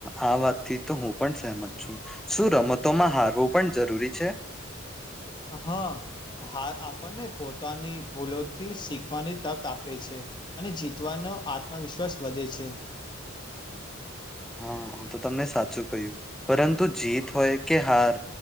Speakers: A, in the centre; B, on the left (about 20°).
A: આ વાતથી તો હું પણ સહમત છું શું રમતોમાં હારવું પણ જરૂરી છે
B: હા હાર આપણને પોતાની ભૂલોથી શીખવાની તક આપે છે. અને જીતવાનો આત્મવિશ્વાસ વધે છે
A: હા તો તમને સાચું કહ્યું પરંતુ જીત હોય કે હાર